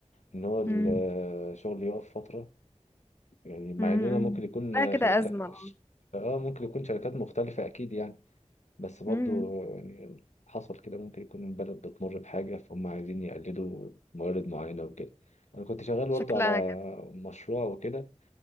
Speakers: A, on the left (about 75°); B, on the left (about 20°).
A: ان هو الشغل
B: امم
A: يقف فترة يعني مع
B: امم
A: اننا ممكن يكون
B: لا كده
A: شركة
B: أزمة
A: اه ممكن يكون شركات مختلفة اكيد يعني بس برضو
B: امم
A: يعني حصل كده ممكن يكون البلد بتمر بحاجة فهم عايزين يقلدوا موارد معينة وكده انا كنت شغال برضو
B: شكلها
A: على
B: كده
A: مشروع وكده